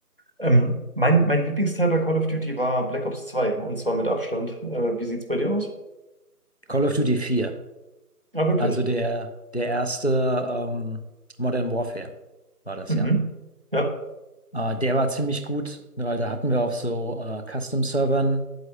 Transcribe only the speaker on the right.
Ähm, mein, mein Lieblingsteil bei Call of Duty war Black Ops zwei und zwar mit Abstand. Äh, wie sieht's bei dir aus?
Ah, wirklich.
Mhm.
Ja.